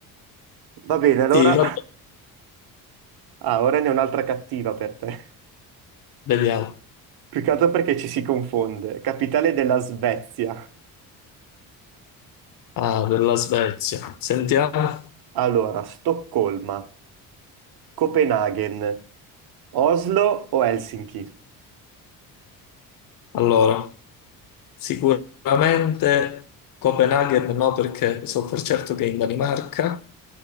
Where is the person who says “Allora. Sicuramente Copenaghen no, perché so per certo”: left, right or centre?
Left